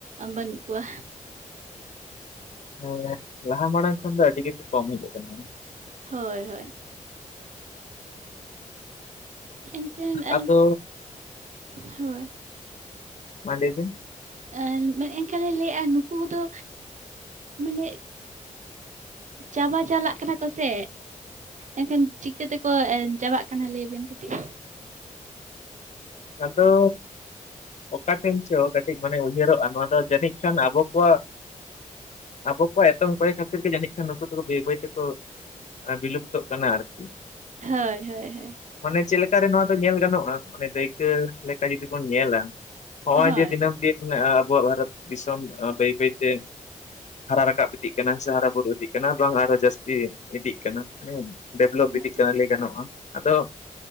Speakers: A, on the right; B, on the left.
A: ᱵᱟᱹᱱᱩᱜ ᱠᱚᱣᱟ᱾
B: ᱦᱮᱸ ᱞᱟᱦᱟ ᱢᱟᱲᱟᱝ ᱠᱷᱚᱱ ᱫᱚ ᱟᱹᱰᱤ ᱜᱮᱠᱚ ᱠᱚᱢ ᱦᱤᱡᱩᱜ ᱠᱟᱱᱟ᱾
A: ᱦᱳᱭ ᱦᱳᱭ᱾ ᱮᱱᱠᱷᱟᱱ ᱮᱢ,
B: ᱟᱫᱚ
A: ᱦᱳᱭ᱾
B: ᱢᱟ ᱞᱟᱹᱭ ᱵᱤᱱ
A: ᱮᱱ ᱮᱱᱠᱷᱟᱱ ᱤᱧ ᱞᱟᱹᱭᱮᱜᱼᱟ ᱱᱩᱠᱩ ᱠᱚᱫᱚ ᱢᱟᱱᱮ ᱪᱟᱵᱟ ᱪᱟᱞᱟᱜ ᱠᱟᱱᱟ ᱠᱚᱥᱮ᱾ ᱮᱱᱠᱷᱟᱱ ᱪᱤᱠᱟᱹ ᱛᱮᱠᱚ ᱪᱟᱵᱟᱜ ᱠᱟᱱᱟ ᱞᱟᱹᱭᱵᱤᱱ ᱠᱟᱹᱴᱤᱡ?
B: ᱟᱫᱚ ᱚᱠᱟ ᱴᱷᱮᱱ ᱪᱚ ᱠᱟᱹᱴᱤᱡ ᱢᱟᱱᱮ ᱩᱭᱦᱟᱹᱨᱚᱜᱼᱟ ᱱᱚᱣᱟ ᱫᱚ ᱡᱟᱹᱱᱤᱡ ᱠᱷᱟᱱ ᱟᱵᱚ ᱠᱚᱣᱟᱜ ᱟᱵᱚ ᱠᱚᱣᱟᱜ ᱮᱛᱚᱢ ᱠᱚᱭᱮ ᱠᱷᱟᱹᱛᱤᱨ ᱜᱮ ᱡᱟᱹᱱᱤᱡ ᱠᱷᱟᱱ ᱱᱩᱠᱩ ᱫᱚᱠᱚ ᱵᱟᱹᱭ ᱵᱟᱹᱭ ᱛᱮᱠᱚ ᱵᱤᱞᱩᱯᱛᱚᱜ ᱠᱟᱱᱟ ᱟᱨᱠᱤ᱾
A: ᱦᱳᱭ ᱦᱳᱭ ᱦᱳᱭ᱾
B: ᱢᱟᱱᱮ ᱪᱮᱫ ᱞᱮᱠᱟ ᱨᱮ ᱱᱚᱣᱟ ᱫᱚ ᱧᱮᱞ ᱜᱟᱱᱚᱜᱼᱟ ᱢᱟᱱᱮ ᱫᱟᱹᱭᱠᱟᱹ ᱞᱮᱠᱟ ᱡᱩᱫᱤ ᱵᱚᱱ ᱧᱮᱞᱟ ᱱᱚᱜᱼᱚᱭ
A: ᱦᱳᱭ
B: ᱡᱮ ᱫᱤᱱᱟᱹᱢ ᱫᱤᱱ ᱟᱵᱚᱣᱟᱜ ᱵᱷᱟᱨᱚᱛ ᱫᱤᱥᱚᱢ ᱵᱟᱹᱭ ᱵᱟᱹᱭᱛᱮ ᱦᱟᱨᱟ ᱨᱟᱠᱟᱵ ᱤᱫᱤᱜ ᱠᱟᱱᱟ ᱥᱮ ᱦᱟᱨᱟ ᱵᱩᱨᱩ ᱤᱫᱤᱜ ᱠᱟᱱᱟ ᱵᱟᱝ ᱟᱨᱚ ᱡᱟᱹᱥᱛᱤ ᱤᱫᱤᱜ ᱠᱟᱱᱟ᱾ <unintelligible> ᱰᱮᱵᱷᱞᱚᱯ
A: ᱦᱳᱭ
B: ᱤᱫᱤᱜ ᱠᱟᱱᱟ ᱞᱟᱹᱭ ᱜᱟᱱᱚᱜᱼᱟ᱾ ᱟᱫᱚ